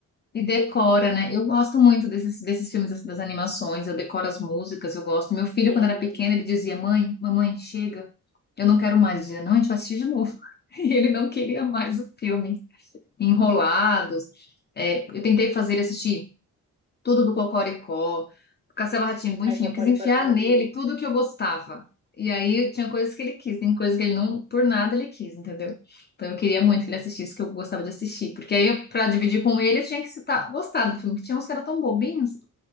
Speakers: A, on the left; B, on the right.
A: E decora, né? Eu gosto muito desses, desses filmes, das das animações, eu decoro as músicas, eu gosto. Meu filho,
B: E
A: quando era pequeno, ele dizia: Mãe, mamãe, chega, eu não quero mais. Eu dizia: Não, a gente vai assistir de novo. <laughs> E ele não queria mais o filme. Enrolados. É, eu tentei fazer ele assistir. tudo do Cocoricó, Castelo rá tim enfim,
B: ai, Pacorico
A: eu quis enfiar
B: era maravilhoso.
A: nele tudo que eu gostava. E aí tinha coisas que ele quis, tem coisas que ele não, por nada ele quis, entendeu? Então eu queria muito que ele assistisse o que eu gostava de assistir, porque aí eu, pra dividir com ele eu tinha que citar, gostar do filme, que tinha uns caras tão bobinhos, eu